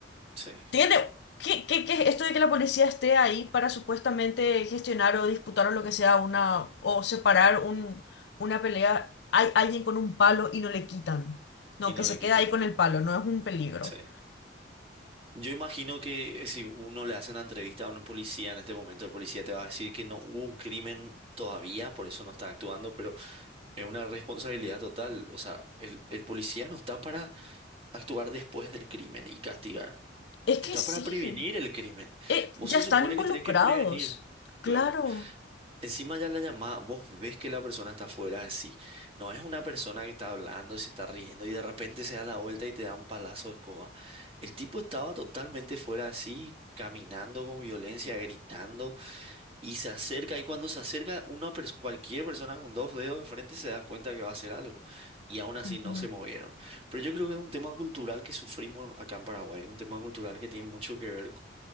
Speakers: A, on the right; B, on the left.
A: Sí.
B: Tiene, ¿qué, qué, qué es esto de que la policía esté ahí para supuestamente gestionar o disputar o lo que sea una, o separar un, una pelea? Hay alguien con un palo y no le quitan. No,
A: Y no
B: que se
A: le
B: queda
A: quitan
B: ahí
A: el
B: con
A: pan.
B: el palo, no es un peligro.
A: Sí. Yo imagino que si uno le hace una entrevista a un policía en este momento, el policía te va a decir que no hubo un crimen todavía, por eso no está actuando, pero es una responsabilidad total. O sea, el, el policía no está para actuar después del crimen y castigar.
B: Es
A: Está
B: que sí,
A: para prevenir el crimen.
B: eh,
A: Vos
B: ya
A: se
B: están
A: supone
B: involucrados,
A: que tenés que prevenir. Claro.
B: claro.
A: Encima ya la llamada, vos ves que la persona está afuera así. No es una persona que está hablando, y se está riendo y de repente se da la vuelta y te da un palazo de escoba. El tipo estaba totalmente fuera así, caminando con violencia, gritando y se acerca. Y cuando se acerca, una pers- cualquier persona con dos dedos de frente se da cuenta que va a hacer algo. Y aún así
B: Ujú.
A: no se movieron. Pero yo creo que es un tema cultural que sufrimos acá en Paraguay, un tema cultural que tiene mucho que ver